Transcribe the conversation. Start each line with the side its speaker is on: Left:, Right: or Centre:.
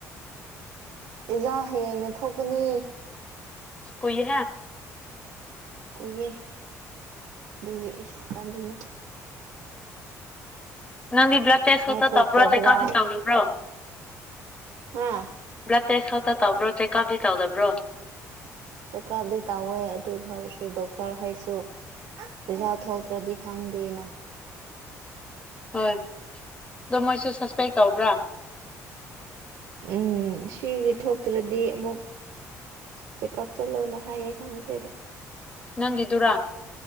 Right: ꯏꯟꯖꯥꯡ ꯍꯌꯦꯡꯅ ꯊꯣꯛꯀꯅꯤ
Left: ꯀꯨꯏꯍꯦ
Right: ꯀꯨꯏꯌꯦ ꯑꯗꯨꯒꯤ ꯇꯟꯂꯤꯅꯦ
Left: ꯅꯪꯗꯤ ꯕ꯭ꯂꯗ ꯇꯦꯁ ꯈꯛꯇ
Right: ꯊꯣꯛꯀꯗ꯭ꯔꯥ
Left: ꯇꯧꯕ꯭ꯔꯣ ꯆꯦꯛ ꯀꯥꯞꯗꯤ ꯇꯧꯒꯤꯕ꯭ꯔꯣ
Right: ꯍꯥ
Left: ꯕ꯭ꯂꯗ ꯇꯦꯁ ꯈꯛꯇ ꯇꯧꯕ꯭ꯔꯣ ꯆꯦꯛ ꯀꯞꯗꯤ ꯇꯧꯗꯕ꯭ꯔꯣ
Right: ꯆꯦꯛꯀꯥꯞꯗꯤ ꯇꯧꯋꯦ ꯑꯗꯨ ꯑꯣꯏꯔꯁꯨ ꯗꯣꯛꯇꯔ ꯍꯣꯏꯁꯨ ꯖꯥ ꯊꯣꯛꯇ꯭ꯔꯗꯤ ꯈꯪꯗꯦꯅ
Left: ꯍꯣꯏ ꯑꯗꯣ ꯃꯣꯏꯁꯨ ꯁ꯭ꯁꯄꯦꯛ ꯇꯧꯕ꯭ꯔꯥ
Right: ꯎꯝ ꯁꯤꯒꯤ ꯊꯣꯛꯇ꯭ꯔꯗꯤ ꯑꯃꯨꯛ ꯆꯦꯛꯀꯞ ꯆꯠꯂꯣꯅ ꯍꯥꯏꯌꯦ ꯈꯪꯗ꯭ꯔꯦꯗꯥ
Left: ꯅꯪꯒꯤꯗꯨꯔ